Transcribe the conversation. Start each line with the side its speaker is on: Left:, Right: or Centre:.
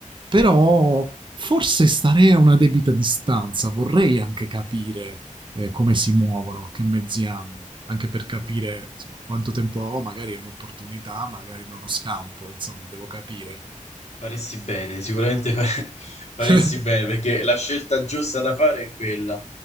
Right: però forse starei a una debita distanza, vorrei anche capire eh, come si muovono, che mezzi hanno, anche per
Left: Mm,
Right: capire
Left: mm.
Right: insomma, quanto tempo ho, magari è un'opportunità, magari non ho scampo, insomma, devo capire.
Left: Faresti bene, sicuramente fa- <laughs> faresti
Right: <laughs>
Left: bene perché la scelta giusta da fare è quella,